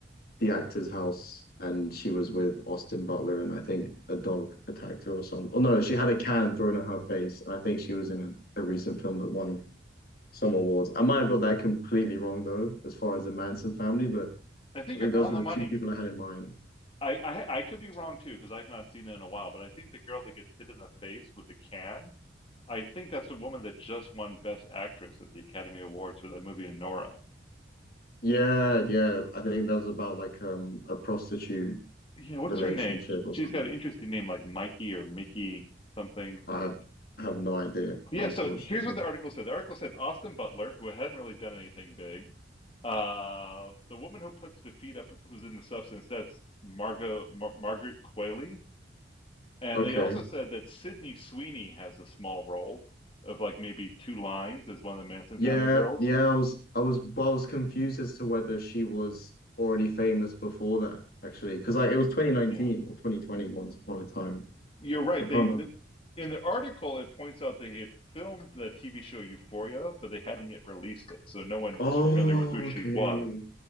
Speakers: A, on the left; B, on the left.
A: the actor's house and she was with Austin Butler and I think a dog attacked her or something. Oh no, she had a can thrown in her face and I think she was in a, a recent film that won some awards. I might have got that completely wrong though, as far as the Manson family, but
B: i think
A: I think
B: you're
A: those
B: on
A: were
B: the
A: the
B: money
A: two people I had in mind.
B: I, I I could be wrong too because I've not seen it in a while, but I think the girl that gets hit in the face with the can, I think that's the woman that just won Best Actress at the Academy Awards for that movie Anora.
A: Yeah, yeah. I think that was about like um a prostitute
B: Yeah, what's
A: relationship
B: her name?
A: or
B: She's
A: something.
B: got an interesting name like Mikey or Mickey something.
A: I have I have no idea,
B: Yeah,
A: unfortunately.
B: so here's what the article said. The article said Austin Butler, who hadn't really done anything big, uh, the woman who puts the feet up, who's in the substance, that's Margot Mar- Margaret Qualley. And
A: Okay.
B: they also said that Sydney Sweeney has a small role of like maybe two lines as one of the Manson
A: Yeah,
B: family girls.
A: yeah, I was I was I was confused as to whether she was already famous before that, actually. Because like it was 2019
B: Yeah,
A: or 2020 once upon a time.
B: you're right.
A: I can't
B: They
A: remember.
B: the, in the article it points out they had filmed the TV show Euphoria, but they hadn't yet released it, so no one
A: Oh,
B: was familiar with who she
A: okay.
B: was.